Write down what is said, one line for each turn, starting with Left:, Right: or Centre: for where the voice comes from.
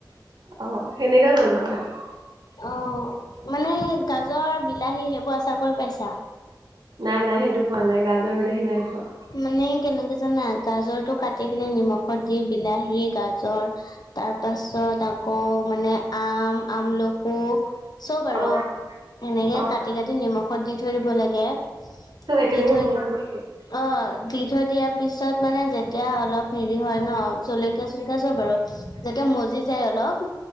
Right: অ' সেনেকাই বনোৱা হয়ে আৰু
Left: অ' মানে গাজৰ বিলাহী সেইবোৰ আচা কৰি পাইছা।
Right: নাই নাই সেইটো পোৱা নাই গাজৰ, বিলাহী নাই পোৱা।
Left: মানে কেনেকে জানা গাজৰটো কাটি কিনে নিমখত দি বিলাহী গাজৰ তাৰপাছত আকৌ মানে আম, আমলকো চব আৰু
Right: অ',
Left: এনেকে
Right: অ',
Left: কাটি কাটি নিমখত দি থৈ দিব লাগে।
Right: চব একেলগে
Left: দি থৈ
Right: বনা বা নেকি
Left: অ' দি থৈ দিয়াৰ পিছত মানে যেতিয়া অলপ হেৰি হয় ন' জলকীয়া চলকীয়া চব বাৰু যেতিয়া মজি যায় অলপ